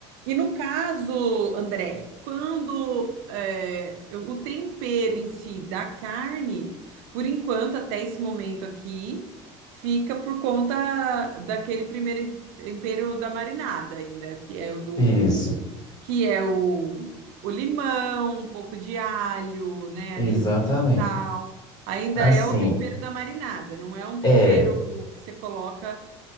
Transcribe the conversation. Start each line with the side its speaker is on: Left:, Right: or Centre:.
Right: E no caso, André, quando é, eu- o tempero em si da carne, por enquanto, até esse momento aqui, fica por conta daquele primeiro tempero da marinada ainda, que é o do o-
Left: Isso,
Right: que é o, o limão, um pouco de alho, né?
Left: exatamente.
Right: Ali um pouco de sal. Ainda
Left: Assim,
Right: é o tempero da marinada, não é um tempero
Left: é,
Right: que você coloca.